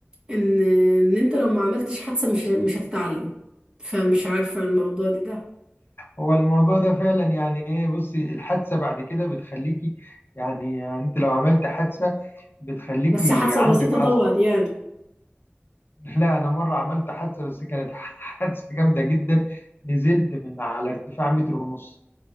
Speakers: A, on the right (about 20°); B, on the left (about 55°).
A: إن إن أنت لو ما عملتش حادثة مش مش هتتعلم فمش عارفة الموضوع دي ده
B: هو الموضوع ده فعلا يعني ايه بصي الحادثه بعد كده بتخليكي يعني, يعني انت لو عملت حادثه بتخليكي
A: بس حادثة
B: عندك
A: بسيطة
B: حذر
A: طبعا يعني
B: <laughs> لا انا مره عملت حادثه بس كانت <laughs> حادثه جامده جدا نزلت من على ارتفاع متر ونص